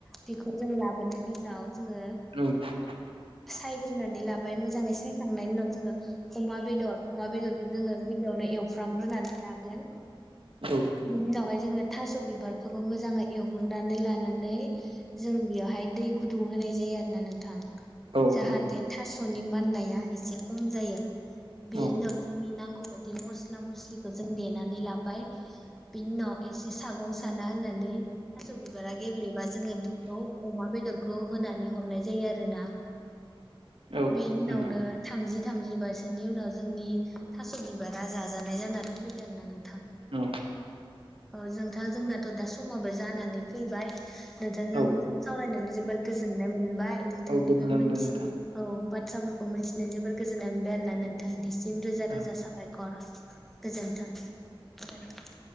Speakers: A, in the centre; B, on the right.
A: बेखौ जों लाबोनायनि उनाव जोङो
B: औ
A: सायग्रोनानै लाबाय मोजाङै सायखांनायनि उनाव जोङो अमा बेदर अमा बेदरखौ जोङो गिबियावनो एवफ्रामग्रोनानै लागोन
B: औ
A: बिनि उनावहाय जोङो थास' बिबारखौबो मोजाङै एवग्रोनानै लानानै जों बेयावहाय दै गुदुं होनाय जायो आरो ना नोंथां
B: औ
A: जाहाथे
B: नंगौ
A: थास'नि माननाया एसे खम जायो बेनि
B: औ
A: उनाव जोंनि नांगौ बायदि मस्ला मस्लिखौ जों देनानै लाबाय बेनि उनाव एसे सागं साना होननानै थास' बिबारा गेब्लेबा जोङो बेखौ अमा बेदरखौ होनानै हरनाय जायो। जायो आरोना
B: औ
A: बेनि उनावनो
B: नंगौ
A: थामजि थामजि बासोनि उनाव जोंनि थास' बिबारा जाजानाय जानानै फैयो आरो ना नोंथां
B: औ
A: औ जोंथां जोंनाथ' दा समाबो जानानै फैबाय नोंथांजों
B: औ
A: सावरायनानै जोबोर गोजोननाय मोनबाय। नोंथांनिफ्राइ
B: औ गोजोननाय
A: मोनथियो
B: मोनबाय नोंथां
A: औ बाद बाथ्राफोरखौ मिन्थिनाय जोबोर गोजोन्नाय मोनबाय आरोना नोंथांनिसिम रोजा
B: औ
A: रोजा साबायखर। गोजोन्थों गोजोन्थों।